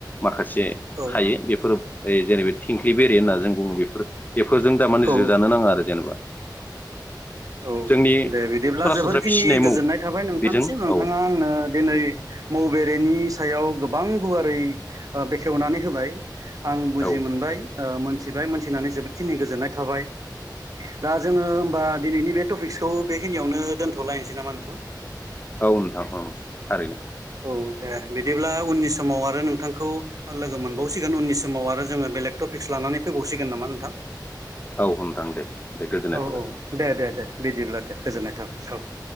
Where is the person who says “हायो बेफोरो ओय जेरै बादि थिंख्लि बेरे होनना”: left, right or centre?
Left